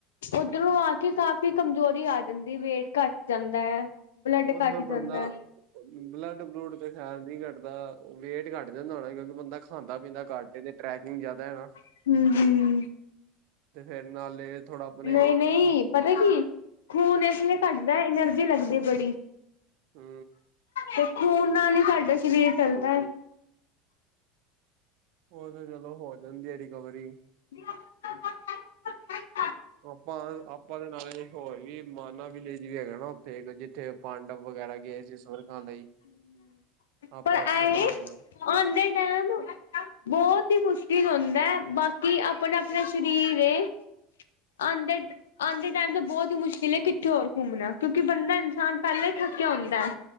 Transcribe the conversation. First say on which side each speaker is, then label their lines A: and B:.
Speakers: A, on the left; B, on the right.
A: ਉੱਧਰੋਂ ਆ ਕੇ, ਕਿ ਕਾਫ਼ੀ ਕਮਜ਼ੋਰੀ ਆ ਜਾਂਦੀ ਵੇਟ ਘੱਟ ਜਾਂਦਾ ਹੈ। ਬਲੱਡ
B: ਉਹ
A: ਘੱਟ
B: ਤੇ ਫਿਰ
A: ਜਾਂਦਾ
B: ਬੰਦਾ ਬਲੱਡ ਬਲੂਡ ਤੇ, ਖੈਰ ਨੀ ਘਟਦਾ ਵੇਟ ਘਟ ਜਾਂਦਾ ਹੋਣਾ ਕਿਉਂਕਿ ਬੰਦਾ ਖਾਂਦਾ ਪੀਂਦਾ ਘੱਟ ਏ ਤੇ ਟਰੈਕਿੰਗ ਜ਼ਿਆਦਾ ਹੈ ਨਾ
A: ਹੂੰ-ਹੂੰ
B: ਤੇ ਫੇਰ ਨਾਲੇ ਥੋੜਾ ਆਪਣੇ
A: ਨਹੀਂ-ਨਹੀਂ ਪਤਾ ਕੀ ਖੂਨ ਇਸ ਲਈ ਘੱਟਦਾ ਐਨਰਜੀ ਲੱਗਦੀ ਐ ਬੜੀ,
B: ਹੂੰ,
A: ਤੇ ਖੂਨ ਨਾਲ ਹੀ ਸਾਡਾ ਸਰੀਰ ਚੱਲਦਾ ਐ।
B: ਉਹ ਤੇ ਚਲੋ ਹੋ ਜਾਂਦੀ ਹੈ ਰਿਕਵਰੀ
A: <unintelligible>
B: ਆਪਾਂ-ਆਪਾਂ ਦੇ ਨਾਲੇ ਹੋਰ ਵੀ, ਮਾਨਾ ਵਿਲੇਜ ਵੀ ਹੈਗਾ ਨਾ ਉੱਥੇ ਜਿੱਥੇ ਪਾਂਡਵ ਵਗੈਰਾ ਗਏ ਸੀ ਸਵਰ ਖਾਣ ਲਈ ਆਪਾਂ
A: ਪਰ
B: ਉੱਥੇ
A: ਐਏ
B: ਵੀ ਹੋ ਗਿਆ।
A: ਆਂਦੇ ਟਾਈਮ ਬਹੁਤ ਹੀ ਮੁਸ਼ਕਿਲ ਕੀ ਹੁੰਦਾ ਬਾਕੀ ਆਪਣਾ-ਆਪਣਾ ਸਰੀਰ ਐ। ਆਦੇ-ਆਦੇ ਟਾਈਮ ਤਾਂ ਬਹੁਤ ਹੀ ਮੁਸ਼ਕਿਲ ਹੈ ਕਿ, ਥੋੜਾ ਹੋਰ ਘੁੰਮਣਾ ਕਿ ਬੰਦਾ ਇਨਸਾਨ ਪਹਿਲਾਂ ਹੀ ਥੱਕਿਆ ਹੁੰਦਾ ਹੈ।